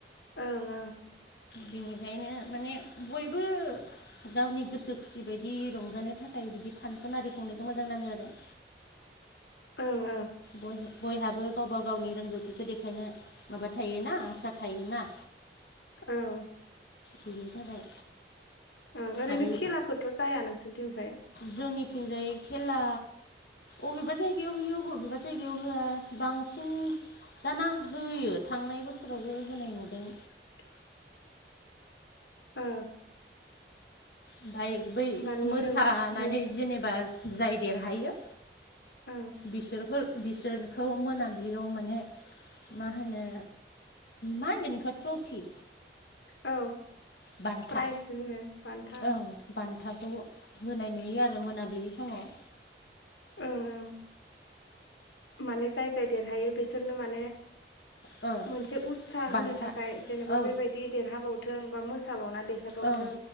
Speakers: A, on the left (about 80°); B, on the left (about 60°).
A: ओं ओं।
B: बिनिफ्रायनो माने बयबो गावनि गोसो खुसि बायदि रंजानो थाखाय बिदि फांसन आरि खंनायखौ मोजां नाङो आरो।
A: औ।
B: बय-बयहाबो गावबा गावनि रोंगौथिखौ देखायनो माबा थायोना आसा थायोना।
A: औ
B: बिनो थाखाय
A: ओं ओरैनो
B: आरो
A: खेलाफोरथ' जाया नोंसोरनिथिं ओमफ्राय
B: जोंनिथिंजाय खेला अबेबा जायगायाव होयो अबेबा जायगायाव होआ बांसिन दाना होयो थांनाय बोसोरावबो होनाय नुदों
A: <inaudible> औ।
B: ओमफाय बै
A: होमबा
B: मोसानानै
A: नों नों
B: जेनेबा जाय देरहायो
A: ओं
B: बिसोरफोर बिसोरखौ मोनाबिलियाव माने मा होनो मा होनदों नोंखौ ट्रफि?
A: औ
B: बान्था
A: प्राइज होनो बान्था।
B: ओं बान्थाखौ होनाय नुयो आरो मोनाबिलि समाव
A: ओंओं माने जाय जाय देरहायो बिसोरनो माने
B: ओ
A: मोनसे उतसााह
B: बान्था
A: होनो थाखाय जेनेबा
B: औ
A: बेबायदि देरहाबावथों बा मो मोसाबावना देखायबावथों
B: ओं